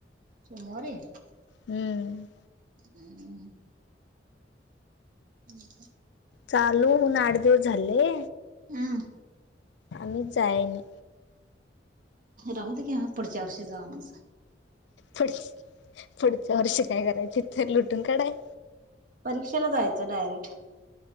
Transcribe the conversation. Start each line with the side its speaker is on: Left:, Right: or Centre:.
Right: त मरो ये <unintelligible>
Left: हम्.
Right: हम्म. हम्.
Left: चालू होउन आठ दिवस झाले.
Right: हम्.
Left: आणि जायनी
Right: राहदे की ह्या पुढच्या वर्षी जाऊ माग
Left: पुढ पुढच्या वर्षी काय करायचे तर लुटून काढाय.
Right: परीक्षेला जायचं डायरेक्ट